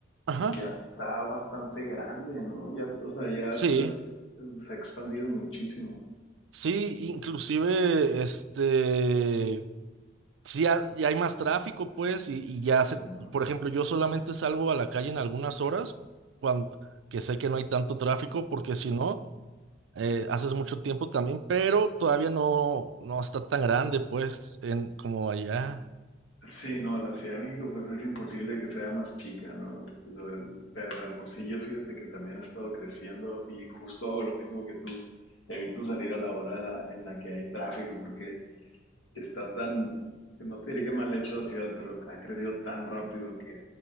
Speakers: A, on the right; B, on the left.
A: Ajá.
B: y ya está bastante grande, ¿no? Ya, o sea, ya
A: Sí,
B: las, se ha expandido muchísimo,
A: sí, inclusive, este, sí, ha- ya hay más tráfico, pues, y, y ya se,
B: ¿cómo no?
A: por ejemplo, yo solamente salgo a la calle en algunas horas, cuando, que sé que no hay tanto tráfico, porque si no... eh, haces mucho tiempo también, pero todavía no, no está tan grande, pues, en, como allá.
B: Sí, no, la Ciudad de México pues es imposible que sea más chica, ¿no? Lo del- pero Hermosillo, fíjate que también ha estado creciendo y justo hago lo mismo que tú. Evito salir a la hora en la que hay tráfico porque está tan, no te diré que mal hecho la ciudad, pero ha crecido tan rápido que,